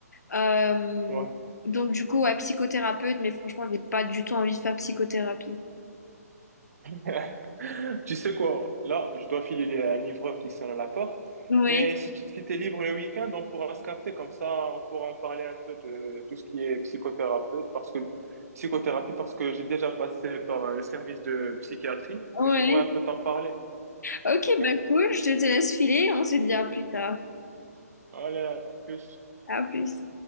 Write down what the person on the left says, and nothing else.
Euh,
donc, du coup, ouais, psychothérapeute, mais franchement, je n'ai pas du tout envie de faire psychothérapie.
Oui,
oui.
Ok,
bah cool, je te, te laisse filer, on se dit à plus tard.
À plus.